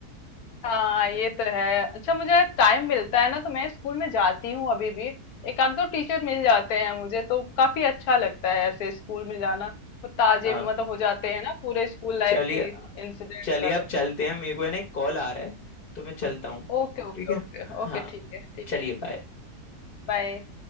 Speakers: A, on the left; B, on the left.
A: हाँ ये तो है अच्छा मुझे टाइम मिलता है ना तो मैं स्कूल में जाती हूँ अभी भी एक आध दो टीचर मिल जाते हैं मुझे तो काफी अच्छा लगता है ऐसे स्कूल में जाना वो ताजे
B: हाँ
A: मतलब हो जाते हैं ना पूरे स्कूल लाइफ
B: चलिए
A: की इंसिडेंट
B: चलिए
A: सारे
B: अब चलते हैं मेरे को है ना एक कॉल आ रहा है तो मैं चलता हूँ
A: ओके ओके
B: ठीक है
A: ओके ओके
B: हाँ
A: ठीक है ठीक
B: चलिए
A: है
B: बाय
A: बाय